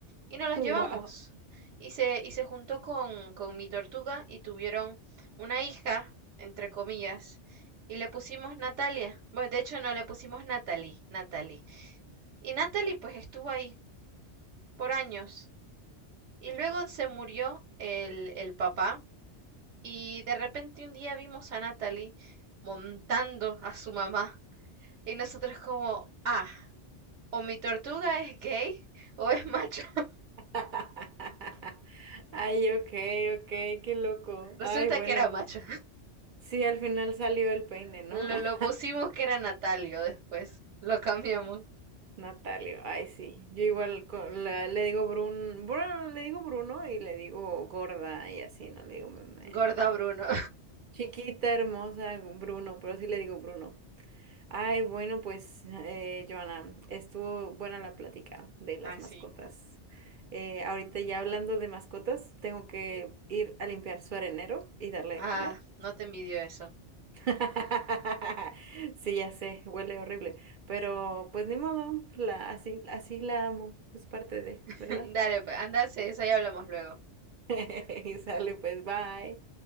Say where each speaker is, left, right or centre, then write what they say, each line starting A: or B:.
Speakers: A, on the right; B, on the right.
A: Y nos las
B: Wow.
A: llevamos y se, y se juntó con, con mi tortuga y tuvieron una hija, entre comillas, y le pusimos Natalia. Bueno, de hecho no le pusimos Natalie, Natalie. Y Natalie pues estuvo ahí por años y luego se murió el, el papá Y de repente un día vimos a Natalie montando a su mamá. Y nosotros como, ah, o mi tortuga es gay o es macho. <laughs>
B: <laughs> Ay, ok, ok, qué loco.
A: Resulta
B: Ay, bueno.
A: que era macho.
B: Sí, al final salió el peine, ¿no?
A: Lo,
B: <laughs>
A: lo pusimos que era Natalio después. Lo cambiamos.
B: Ujú. Natalia, ay sí, yo igual co- la- le digo Brun, Bruno, le digo Bruno y le digo gorda y así, no le digo me- me-
A: Gorda Bruno.
B: chiquita, hermosa, Bruno, pero sí le digo Bruno. Ay, bueno, pues eh, Joana, estuvo buena la plática de las
A: Ah,
B: mascotas.
A: sí.
B: Eh, ahorita ya hablando de mascotas, tengo que ir a limpiar su arenero y darle
A: Ah,
B: de comer.
A: no te envidio eso.
B: <laughs> Sí, ya sé, huele horrible, pero pues ni modo, la, así, así la amo, es parte de,
A: <laughs>
B: ¿verdad?
A: Dale, pues, ándase, eso ya hablamos luego.
B: <laughs> Y sale, pues, bye.